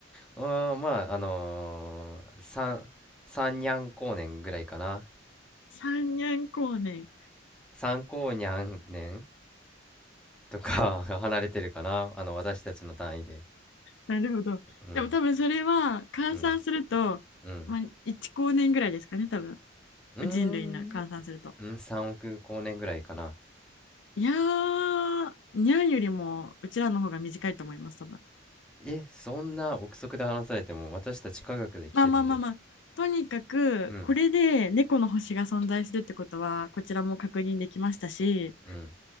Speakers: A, in the centre; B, on the left.
A: まあまあ、あのー、三、三にゃん光年ぐらいかな。
B: 三年光年。
A: 三光にゃん年とか <laughs> 離れてるかな。あの、私たちの単位で。
B: なるほど。
A: うん、
B: でも多分それは、換算すると、
A: うん、うん。
B: まあ、1光年ぐらいですかね、多分。
A: うーん、
B: 人類の換算すると。
A: うねん、3億光年ぐらいかな。
B: いやー、にゃんよりもうちらの方が短いと思います、多分。
A: え、そんな憶測で話されても私たち科学で来てるんで。
B: まあまあまあまあ、とにかく、
A: うん、
B: これで猫の星が存在するってことは、こちらも確認できましたし、
A: うん。